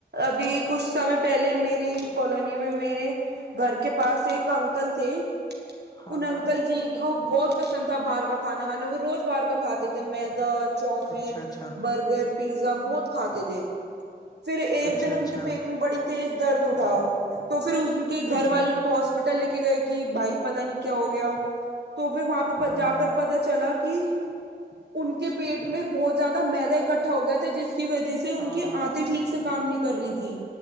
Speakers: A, on the right; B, on the left.
A: ابھی کچھ ہمیں پہلے میری کالونی میں میرے گھر کے پاس ایک انکل تھے
B: ہاں
A: ان انکل
B: ہاں
A: جی بہت پسند تھا بارگا خانہ خانہ وہ روز بار کا کھاتے جب معدہ چاول
B: اچھا اچھا
A: برگر پیزا بہت <unintelligible> پھر ایک
B: اچھا
A: دن ان
B: اچھا
A: کے پیٹ میں بڑی تیز درد اٹھا تو پھر ان کے گھر
B: اچھا
A: والوں کو ہاسپٹل لے کے گئے کی بھائی پتہ نہیں کیا ہو گیا تو پھر وہاں
B: ہاں
A: پہ جا
B: ہاں
A: کر پتہ چلا کہ ان کے پیٹ میں بہت زیادہ میدہ اکٹھا ہو گیا تھا جس کی وجہ ان
B: ہاں
A: کی اتی ٹھیک سے کام نہیں کر رہی تھی